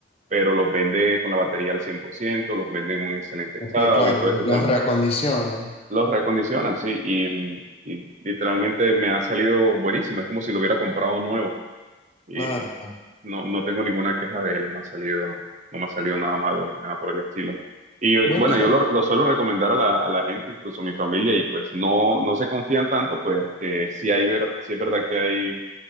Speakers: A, on the right (about 40°); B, on the left (about 30°).
A: pero los vende con la batería al 100%, los vende en un excelente estado
B: Ok, claro,
A: y todo
B: lo-
A: este
B: los
A: tema.
B: reacondicionan.
A: Los reacondicionan, sí, y, y literalmente me ha salido buenísimo. Es como si lo hubiera comprado nuevo y
B: Claro, claro.
A: no, no tengo ninguna queja de él, no me ha salido, no me ha salido nada malo ni nada por el estilo. Y yo-
B: Bueno,
A: bueno,
B: ¿sabes?
A: yo lo, lo suelo recomendar a la, a la gente, incluso a mi familia, y pues no, no se confían tanto, pues que sí, hay ver, sí es verdad que hay